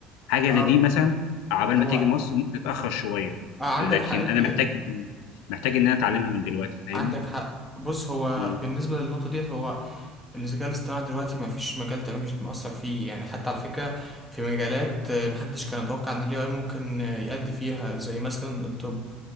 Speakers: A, on the left; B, in the centre.
A: حاجه
B: اه
A: زي دي مثلا عبال
B: هو
A: ما تيجي مصر ممكن تتاخر شويه
B: آه عندك
A: لكن
B: حق الحقيقة
A: انا محتاج محتاج ان انا اتعلمها من دلوقتي فاهمني
B: عندك حق بص هو
A: مم.
B: بالنسبة للنقطة ديت هو الذكاء الاصطناعي دلوقتي ما فيش مجال تمام مش مأثر فيه يعني حتى على فكرة في مجالات آه، محدش كان يتوقع ان ال AI ممكن آه، يأدي فيها زي مثلا الطب